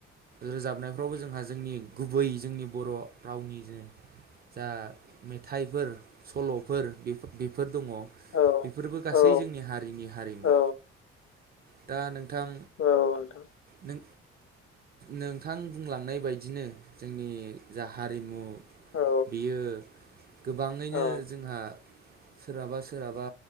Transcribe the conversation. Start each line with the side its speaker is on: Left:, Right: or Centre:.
Right: रोजाबनायफ्रावबो जोंहा, जोंनि गुबै जोंनि बर' रावनि <unintelligible> जा मेथाइफोर सल'फोर बेफोर दङ।
Left: औ
Right: बेफोरबो गासैबो
Left: औ
Right: बै जोंनि हारिनि हारिमु
Left: औ
Right: दा नोंथां
Left: औ नोंथां
Right: नों नोंथां बुंलांनाय बायदिनो जोंनि जा हारिमु
Left: औ
Right: बियो गोबाङैनो
Left: औ
Right: जोंहा सोरहाबा सोरहाबा